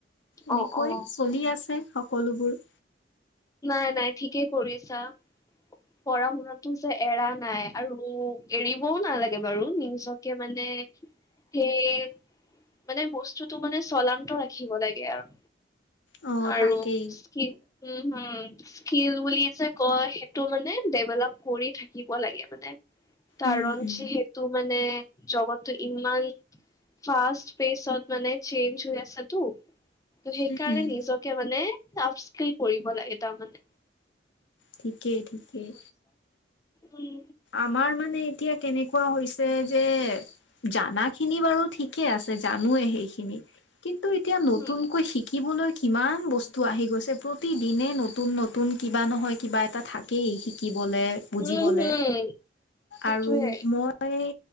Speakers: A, on the left; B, on the left.
A: এনেকৈ
B: অ অ
A: চলি আছে সকলোবোৰ।
B: নাই-নাই ঠিকেই কৰিছা। পঢ়া-শুনাটো যে এৰা নাই আৰু এৰিবও নালাগে বাৰু নিজকে মানে সেই মানে বস্তুটো মানে চলান্ত ৰাখিব লাগে আৰু।
A: অ',
B: আৰু
A: তাকেই
B: কি উম। হম স্কিল বুলি যে কয় সেইটো মানে ডেভেলপ কৰি থাকিব লাগে মানে। কাৰণ
A: উম, উম,
B: যিহেতো মানে জবতটো ইমান ফাষ্ট পেছত মানে চেঞ্জ হৈ আছে তো ত'সেইকাৰণে
A: উম, উম,
B: নিজকে মানে টাফ স্কিল কৰিব লাগে তাৰমানে।
A: ঠিকেই ঠিকেই।
B: উম।
A: আমাৰ মানে এতিয়া কেনেকুৱা হৈছে যে, জানা খিনি বাৰু ঠিকে আছে জানোৱে সেইখিনি কিন্তু এতিয়া নতুনকৈ
B: হুম,
A: শিকিবলৈ কিমান বস্তু আহি গৈছে প্ৰতিদিনে নতুন নতুন কিবা নহয় কিবা এটা থাকেই শিকি বলে, বুজিবলে
B: উম, হুম, সেইটোয়ে।
A: আৰু মই